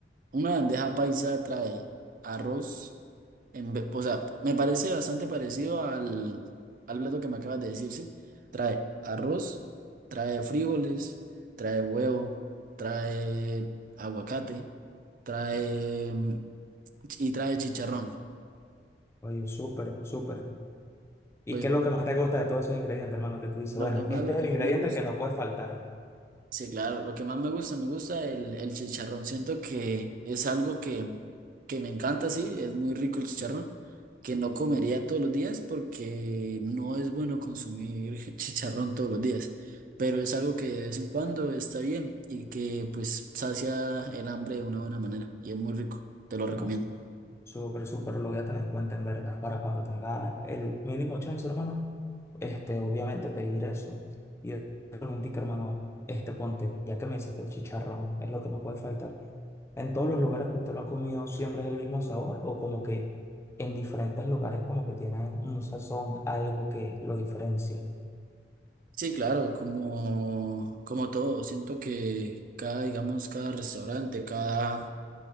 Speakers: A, on the right (about 50°); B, on the left (about 15°).
A: una bandeja paisa trae arroz, en ve- o sea, me parece bastante parecido al, al plato que me acabas de decir, ¿sí? Trae arroz, trae frijoles, trae huevo, trae aguacate, trae mm, y trae chicharrón.
B: Oye, súper, súper. ¿Y
A: Pues
B: qué es lo que más te gusta de todos esos ingredientes, hermano? Que tú dices,
A: lo
B: bueno,
A: que más,
B: este
A: lo
B: es
A: que
B: el ingrediente
A: más me gusta.
B: que no puede faltar.
A: Sí, claro, lo que más me gusta, me gusta el, el chicharrón. Siento que es algo que, que me encanta, sí, es muy rico el chicharrón, que no comería todos los días porque no es bueno consumir <laughs> chicharrón todos los días, pero es algo que de vez en cuando está bien y que pues sacia el hambre de una buena manera y es muy rico, te lo recomiendo.
B: No sé. Súper, súper, lo voy a tener en cuenta en verdad, para cuando tenga el mínimo chance, hermano, este, obviamente pedir eso. Y pregunté, hermano, este, ponte, ya que me dices que el chicharrón es lo que no puede faltar, ¿en todos los lugares que usted lo ha comido siempre es el mismo sabor o como que en diferentes lugares como que tienen un sazón, algo que lo diferencia?
A: Sí, claro, como, como todo, siento que cada, digamos, cada restaurante, cada...